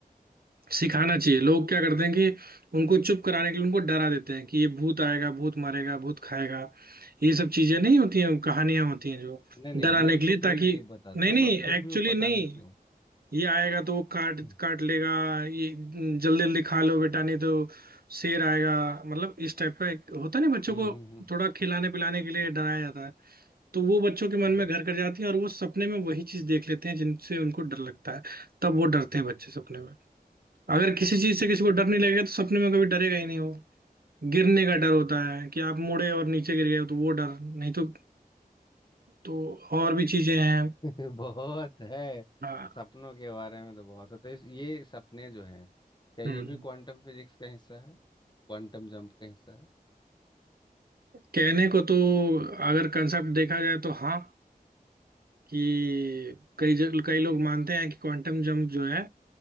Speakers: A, on the right; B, on the left.
A: सिखाना चाहिए लोग क्या करते हैं कि उनको चुप कराने के लिए उनको डरा देते हैं कि ये भूत आएगा भूत मारेगा भूत खाएगा ये सब चीजें नहीं होती हैं कहानियां होती हैं जो
B: नहीं नहीं
A: डराने
B: ये
A: के लिए
B: तो कोई
A: ताकि
B: नहीं बताता
A: नहीं नहीं
B: बट फिर
A: एक्चुअली
B: भी वो पता
A: नहीं
B: नहीं क्यों
A: ये आएगा तो वो काट
B: हम्म
A: काट लेगा ये जल्दी जल्दी खा लो बेटा नहीं तो शेर आएगा मतलब इस टाइप का एक होता नहीं बच्चों
B: हम्म
A: को
B: हम्म
A: थोड़ा खिलाने पिलाने के लिए डराया जाता है तो वो बच्चों के
B: हम्म,
A: मन में घर कर जाती है और वो सपने में वही चीज देख लेते हैं जिनसे उनको डर लगता है तब वो डरते हैं बच्चे सपने
B: <laughs>
A: में अगर किसी चीज से किसी को डर नहीं लगेगा तो सपने में कभी डरेगा ही नहीं वो गिरने का डर होता है कि आप मुड़े और नीचे गिर गए हो, तो वो डर नहीं तो तो और भी चीजें हैं
B: हम्म। बहुत है
A: हाँ,
B: सपनों के बारे में तो बहुत है तो इस, ये सपने जो हैं क्या ये
A: हम्म
B: भी क्वांटम फिजिक्स का हिस्सा है क्वांटम जंप का हिस्सा है
A: कहने को तो अगर कंसेप्ट देखा जाए तो हाँ कि कई जग, कई लोग मानते हैं कि क्वांटम जंप जो है